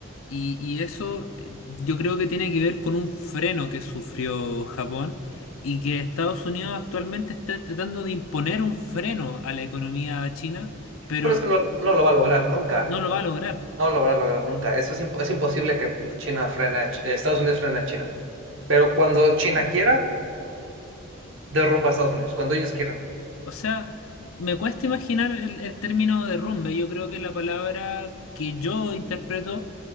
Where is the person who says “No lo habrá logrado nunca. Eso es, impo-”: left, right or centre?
Right